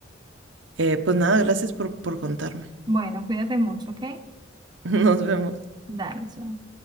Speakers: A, on the right; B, on the right.
A: Eh, pues nada, gracias por, por contarme.
B: Bueno, cuídate mucho, ¿ok?
A: <laughs> Nos vemos.
B: Dale, chao.